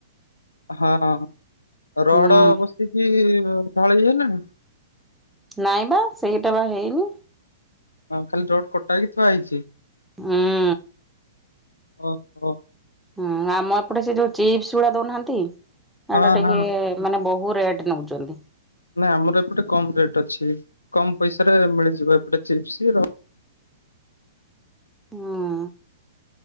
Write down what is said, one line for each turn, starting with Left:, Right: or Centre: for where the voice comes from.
Left: ହଁ ହଁ ରଡ଼
Centre: ହୁଁ
Left: ବସିକି ଉ ଢାଳିବେନା?
Centre: ନାଇଁ ମୋ ସେଇଟାବା ହେଇନି।
Left: ହଁ ଖାଲି ରଡ଼ କଟାହେଇକି ଥୁଆ ହେଇଚି?
Centre: ହୁଁ।
Left: ଓହୋ।
Centre: ହୁଁ ଆମ ଏପଟେ ସେ ଯୋଉ ଚିପ୍ସ ଗୁଡ଼ା ଦଉନାହାନ୍ତି ସେଟା
Left: ହଁ
Centre: ଟିକେ
Left: ହଁ।
Centre: ମାନେ ବହୁ ରେଟ୍ ନେଉଚନ୍ତି।
Left: ନାଇଁ ଆମର ଏପଟେ କମ୍ ରେଟ୍ ଅଛି କମ୍ ପଇସାରେ ମିଳିଯିବ ଏପଟେ ଚିପ୍ସ୍ ର
Centre: ହଁ।